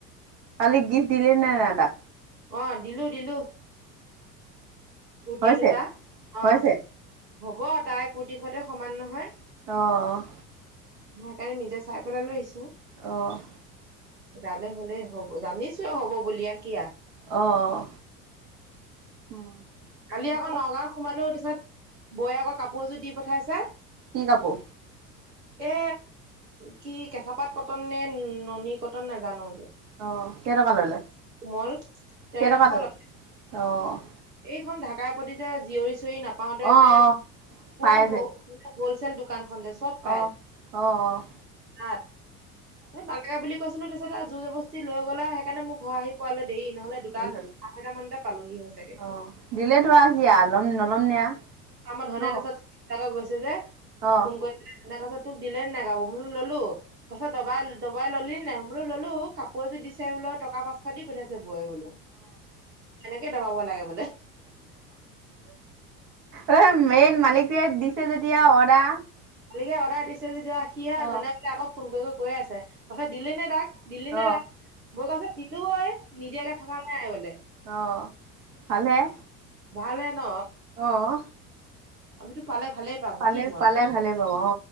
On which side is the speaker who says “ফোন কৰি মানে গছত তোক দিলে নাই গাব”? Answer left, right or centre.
Right